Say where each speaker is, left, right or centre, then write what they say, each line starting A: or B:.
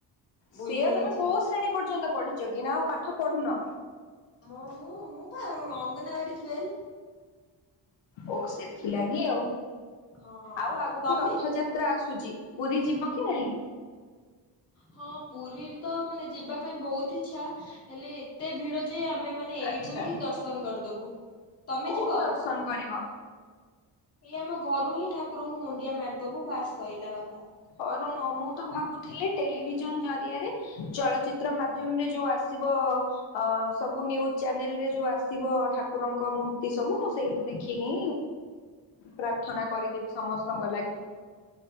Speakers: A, on the left (about 35°); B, on the left (about 85°).
A: ଭୁଲି
B: ସେୟା
A: ଯାଇଛି
B: ତମେ କୋଉ ଶ୍ରେଣୀ ପର୍ଯ୍ୟନ୍ତ ପଢିଛ କି ନା ଆଉ ପାଠ ପଢୁନ।
A: ହଁ ମୁଁ ମୁଁ ପା ଅଙ୍ଗନବାଡି ଫେଲ୍।
B: ଓ ସେଥିଲାଗି ଆଉ
A: ହଁ
B: ଆଉ ଆଗକୁ
A: ତମେ
B: ରଥଯାତ୍ ଯାତ୍ରା ଆସୁଛି ପୁରୀ ଯିବ କି ନାଇଁ?
A: ହଁ ପୁରୀରେ ତ ମାନେ ଯିବା ପାଇଁ ବହୁତ ଇଚ୍ଛା ହେଲେ ଏତେ ଭିଡ ଯେ ଆମେ ମାନେ ଏଇଠୁ
B: ଆଚ୍ଛା
A: ହିଁ ଦର୍ଶନ କରିଦବୁ। ତମେ
B: କୋଉଠୁ
A: ଯିବ?
B: ଦର୍ଶନ କରିବ?
A: ଏଇ ଆମ ଘରୁ ହିଁ ଠାକୁରଙ୍କୁ ମୁଣ୍ଡିଆ ମାରିଦବୁ ବାସ ସଇଲା କଥା।
B: ଘରୁ ନୁହ ମୁଁ ତ ଭାବୁଥିଲି ଟେଲିଭିଜନ ଜରିଆରେ ଚଳଚିତ୍ର ମାଧ୍ୟମରେ ଯୋଉ ଆସିବ ଅ ସବୁ ନ୍ୟୁଜ ଚ୍ୟାନେଲ ରେ ଯୋଉ ଆସିବ ଠାକୁରଙ୍କ ମୂର୍ତ୍ତି ସବୁ ମୁଁ ସେଇ ଠୁ ଦେଖିକି ପ୍ରାର୍ଥନା କରିଦେବି ସମସ୍ତଙ୍କ ଲାଗି।